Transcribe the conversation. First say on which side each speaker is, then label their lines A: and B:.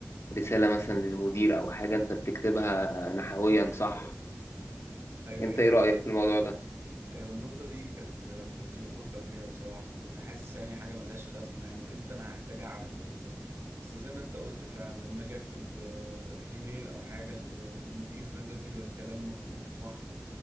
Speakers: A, on the left (about 85°); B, on the right (about 85°).
A: رسالة مثلا للمدير أو حاجة أنت بتكتبها نحويا صح
B: ايوه
A: أنت إيه رأيك في الموضوع ده؟
B: ايوه النقطة دي كانت ما كنتش بفكر فيها بصراحة كنت حاسس يعني حاجة ملهاش لازمة يعني وامتى انا هحتاج اعرج وامتى بس زي ما انت قلت فعلا لما اجي اكتب آه، ايميل او حاجة لل- للمدير فاهم لازم يبقى الكلام مظبوط وصح